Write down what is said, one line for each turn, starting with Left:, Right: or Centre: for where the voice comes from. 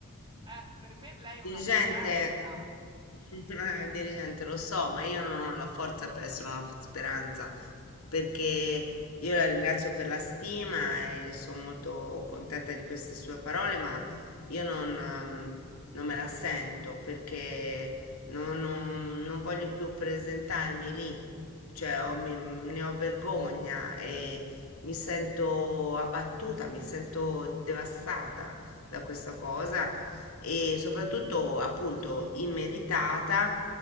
Right: Eh, per me lei è una
Left: Dirigente
Right: speranza.
Left: Eh, dirigente, lo so, ma io non ho la forza per essere una f- speranza, perché io la ringrazio per la stima e sono molto contenta di queste sue parole, ma io non, ehm, non me la sento perché non, non- non voglio più presentarmi lì, cioè ho- mi- ne ho vergogna e mi sento abbattuta, mi sento devastata da questa cosa e soprattutto appunto immeritata,